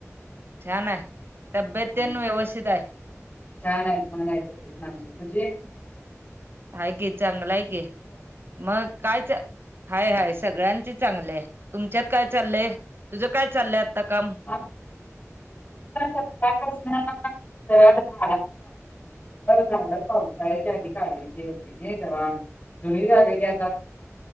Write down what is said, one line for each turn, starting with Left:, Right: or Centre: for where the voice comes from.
Right: छान आहे तब्येत तेन
Left: <unintelligible>
Right: व्यवस्थित आहे
Left: छान आहे छान आहे माण तुझे.
Right: हाय की चांगलं आहे कि मग, काय ते, हाय हाय, सगळ्यांच चांगलंय. तुमच्यात काय चाललय? तुझं काय चाललंय आत्ता काम?
Left: ह सतापासून <unintelligible> आवडलंर जागर पावसाच्या आधी काढायची होती नाही घर तुम्ही काय